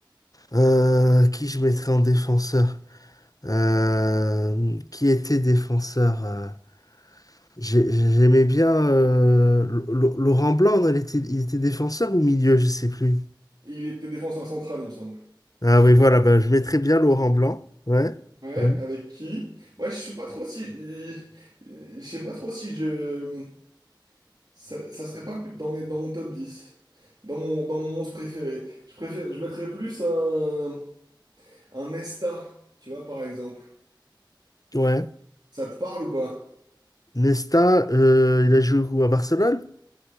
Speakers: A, on the left (about 45°); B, on the right (about 50°).
A: euh, qui je mettrais en défenseur? Euh, qui était défenseur? euh, j'ai- j'aimais bien euh, Lo- Lo- Laurent Blanc, non, il était, il était défenseur ou milieu, je sais plus.
B: Il était défenseur central, il me semble.
A: Ah oui, voilà, ben, je mettrais bien Laurent Blanc. Ouais.
B: Ouais,
A: Ouais.
B: avec qui? Moi, je suis pas trop si. euh, Je sais pas trop si je. Ça, ça serait pas plus dans mes, dans mon top 10, Dans mon, dans mon 11 préféré. Je préfère, je mettrais plus un, un Nesta, tu vois, par exemple.
A: Ouais.
B: Ça te parle ou pas?
A: Nesta, euh, il a joué où à Barcelone?